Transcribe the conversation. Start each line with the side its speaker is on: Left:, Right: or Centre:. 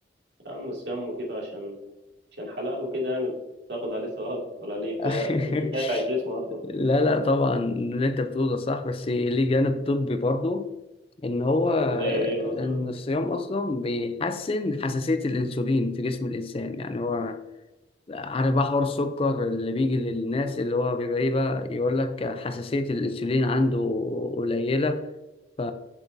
Right: يا عم الصيام مفيد عشان عشان حلال وكده يعني بتاخد عليه ثواب ولا ليه
Left: <laughs>
Right: في في فايدة على الجسم أصلا
Left: لا لا طبعا اللي انت بتقوله ده صح بس ليه جانب طبي برضه ان هو آه،
Right: طب زي ايه مثلا
Left: ان الصيام اصلا بيحسن حساسية الانسولين في جسم الانسان يعني هو عارف بقى حوار السكر اللي بيجي للناس اللي هو بيبقى ايه بقى يقول لك حساسية الانسولين عنده قليلة ف...